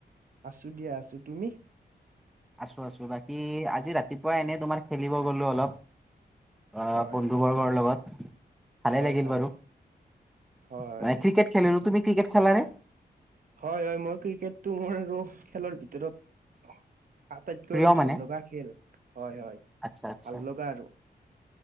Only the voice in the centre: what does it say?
আছোঁ, আছোঁ। বাকী আজি ৰাতিপুৱা এনেই তোমাৰ খেলিব গ'লো অলপ। অ'
বন্ধুবৰ্গৰ লগত। ভালে
লাগিল
বাৰু
মানে ক্ৰিকেট খেলিলো তুমি ক্ৰিকেট খেলানে
প্ৰিয়
মানে
আচ্ছা আচ্ছা